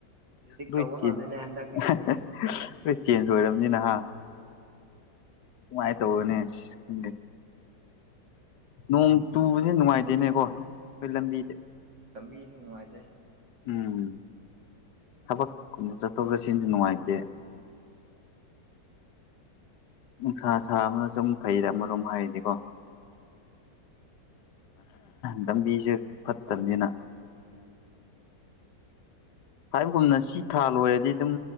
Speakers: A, on the right (about 85°); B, on the left (about 70°).
A: ꯔꯤꯗꯤꯛ
B: ꯂꯣꯏ
A: ꯇꯧꯕ ꯉꯝꯗꯦꯅꯦ
B: ꯆꯦꯟ
A: ꯍꯟꯗꯛꯀꯤꯁꯦ꯫
B: <unintelligible> ꯆꯦꯟꯖ ꯑꯣꯏꯔꯝꯅꯤꯅ ꯍꯥ
A: ꯍꯣꯏ
B: ꯅꯨꯡꯉꯥꯏ ꯇꯧꯕꯅꯦ ꯁꯤꯁ ꯈꯪꯗꯦ꯫ ꯅꯣꯡ ꯆꯨꯕꯁꯦ ꯅꯨꯡꯉꯥꯏꯇꯦꯅꯦꯀꯣ ꯈꯣꯏ
A: ꯍꯣꯏ
B: ꯂꯝꯕꯤꯁꯦ
A: ꯂꯝꯕꯤꯁꯨ ꯅꯨꯡꯉꯥꯏꯇꯦ꯫
B: ꯎꯝ ꯊꯕꯛꯀꯨꯝꯕ ꯆꯠꯊꯣꯛ ꯆꯠꯁꯤꯟꯁꯨ ꯅꯨꯡꯉꯥꯏꯇꯦ꯫
A: ꯍꯣꯏ꯫
B: ꯅꯨꯡꯁꯥ ꯁꯥꯕꯅ ꯁꯨꯝ ꯐꯩꯗ ꯑꯃꯔꯣꯝ ꯍꯥꯏꯔꯗꯤꯀꯣ꯫
A: ꯑꯝ꯫
B: ꯂꯝꯕꯤꯖꯦ ꯐꯠꯇꯝꯅꯦꯅ꯫
A: ꯍꯣꯏ꯫
B: ꯍꯥꯏꯕꯒꯨꯝꯅ ꯁꯤ ꯊꯥ ꯂꯣꯏꯔꯗꯤ ꯑꯗꯨꯝ